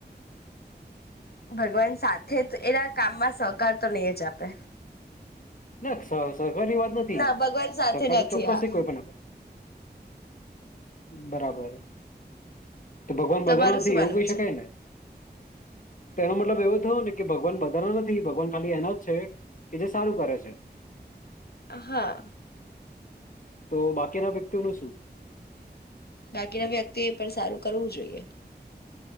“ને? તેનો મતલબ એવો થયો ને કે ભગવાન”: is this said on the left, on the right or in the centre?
Left